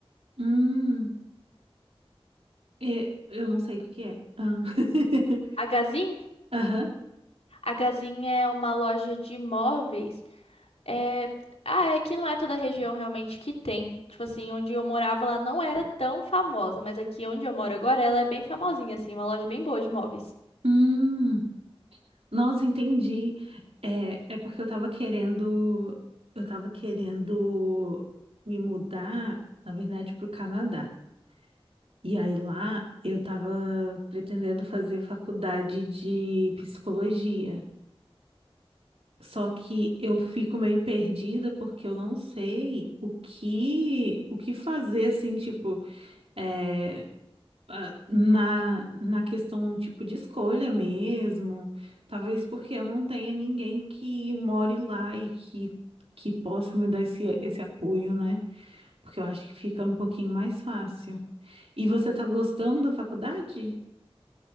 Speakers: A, on the right (about 75°); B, on the left (about 85°).
A: hum, e- eu não sei o que é. Ah. <laughs>
B: A Gazin?
A: Aham.
B: A Gazin é uma loja de móveis É... Ah, é que não é toda a região realmente que tem. Tipo assim, onde eu morava lá não era tão famosa, mas aqui onde eu moro agora ela é bem famosinha, assim, uma loja bem boa de móveis.
A: Hum, nossa, entendi. É, é porque eu tava querendo eu tava querendo me mudar, na verdade, pro Canadá. E aí lá eu tava pretendendo fazer faculdade de psicologia. Só que eu fico meio perdida porque eu não sei o que o que fazer assim, tipo, é, ah, na, na questão tipo de escolha mesmo. Talvez porque eu não tenha ninguém que more lá e que, que possa me dar esse, esse apoio, né? Porque eu acho que fica um pouquinho mais fácil. E você tá gostando da faculdade?